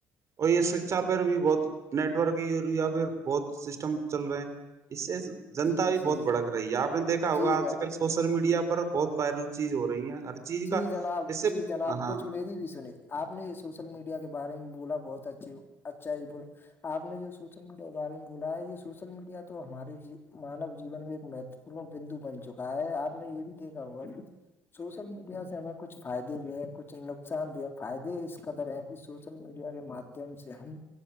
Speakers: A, on the right; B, on the left.
A: اور یہ سچا پیر بھی بہت نیٹورک یا پھر بہت سسٹم چل رہے ہیں اس سے جنتا
B: جی
A: بھی
B: جی
A: بہت بھڑک رہی ہے آپ نے دیکا ہوگا
B: جی
A: آج
B: جناب
A: کل سوشل میڈیا پر بہت وائرل چیز ہو رہی ہیں ہر چیز
B: جی
A: کا
B: جناب
A: اس سے
B: جی جناب
A: ہاں
B: کچھ میری بھی سنی آپ نے یہ سوشل میڈیا کے بارے میں بولا بہت اچھی اچھا یہ ب آپ نے جو سوشل میڈیا کے بارے میں بولا ہے یہ سوشل میڈیا تو ہمارے مانو جین میں ایک مہت پ بندو بن چکا ہے آپ نے یہ بھی دیکھا ہوا کہ سل میڈیا سے ہمیں کچھ فائدے بھی ہیں کچھ نقصان بھی ہے فائدے اس قدر ہیں کہ سوشل میڈیا کے مم سے ہم